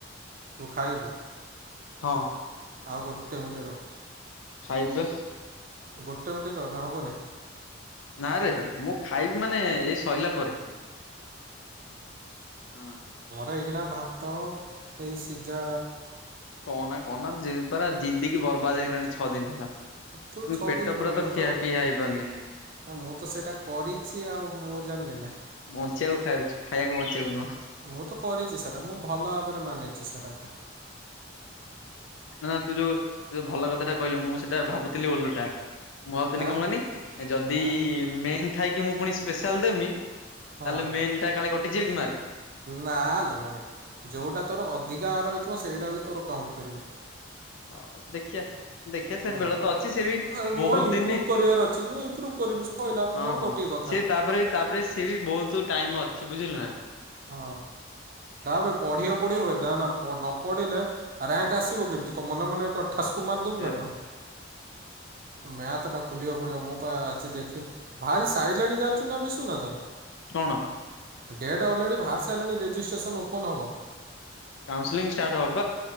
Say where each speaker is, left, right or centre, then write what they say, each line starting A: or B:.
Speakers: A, on the right; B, on the left.
A: ତୁ ଖାଇବୁ?
B: ହଁ।
A: ଆଉ ଗୋଟେ ମିଣ୍ଟି ର।
B: ଖାଇବି ବା।
A: ଗୋଟେ ମିଣ୍ଟି ରହ ନା ହବ ନେଇ।
B: ନାରେ ମୁଁ ଖାଇବି ମାନେ ଏଇ ସରିଲା ପରେ ହଁ।
A: ଏହିକିନା ଭାତ ସେଇ ସିଜା
B: କହନା କହନା ପରା ଜିନ୍ଦେଗି ବର ବାଦ ହେଇଲାନଣି ଛଅ ଦିନ ହେଲା।
A: ତୁ
B: ମୁଁ
A: ଛଅ
B: ପେଟ
A: ଦିନ କଣ।
B: ପୁରା ତ
A: ମୁଁ
B: ଖିଆ
A: ତ
B: ପିଆ ହେଇପାରୁନି
A: ମୁଁ ତ ସେଇଟା କରିଛି ଆଉ। ମୁଁ ଜାଣିନି ନା
B: ବଞ୍ଚିବାକୁ ଖାଉଛି ଖାଇବାକୁ ବଞ୍ଚିବାକୁ ନୁହଁ।
A: ମୁଁ ତ କରିଛି ସେଟା। ମୁଁ ଭଲ ଭାବରେ ମାନେ। ସେଟା କୁ।
B: ନା ତୁ ଯଉ ତୁ ଯଉ ଭଲ କଥା ଟେ କହିଲୁ ମୁଁ ସେଟା ଭାବୁଥିଲି ଓଲଟା। ମୁଁ ଭାବୁଥିଲି
A: ହାଁ
B: କଣ କହନି ଯଦି
A: ହାଁ
B: ମେନ ଥା କି ମୁଁ ପୁଣି ସ୍ପେଶାଲ ଦେମି।
A: ହଁ
B: ତାହେଲେ ମେନ୍ ଟା କାଳେ କଟିଯିବ କି ମାର୍କ।
A: ନାଲୋ ଭାଇ ଯୋଉଟା ତୋର ଅଧିକା ରହିଥିବ। ସେଇଟା କୁ ତୋର କାଉଣ୍ଟ୍ କରିବେ।
B: ହ ଦେଖିଆ। ଦେଖିବା ସେ
A: ହେଲା
B: ବେଳ ତ ଅଛି ସେ ବି
A: ମୋର
B: ବହୁତ
A: ଇମ୍ପ୍ରୁଭ୍
B: ଦିନି।
A: କରିବାର ଅଛି ମୁଁ ଇମ୍ପ୍ରୁଭ୍ କରିବି ସଇଲା
B: ହଁ
A: ମୋର ଗୋଟିଏ
B: ହଁ
A: କଥା।
B: ସେ ତାପରେ ତାପରେ ସିଏବି ବହୁତ ଟାଇମ ଅ ବୁଝିଲୁନା।
A: ହଁ ତା ପରେ ପଢିବା କୁ ପଡିବ, ନ ପଢିଲେ ରାଙ୍କ ଆସିବ କେମିତି? <unintelligible> ଠାସକୁ ମାରି ଦବୁ
B: ସେ
A: ନା କଣ ମ୍ୟାଥ୍ ଟାକୁ। ଖୋଲିବାକୁ ପଡିବ ମୁଁ ଆଜି ଦେଖି ଭାରି ସାଇ <unintelligible>
B: କଣ?
A: <unintelligible> ଅରଲେଡି ବାହାରି ସାରିଲାଣି ରେଜିଷ୍ଟ୍ରେସନ୍ ଓପନ୍ ହବ।
B: କାଉନ୍ସିଲିଂ ଷ୍ଟାର୍ଟ ହ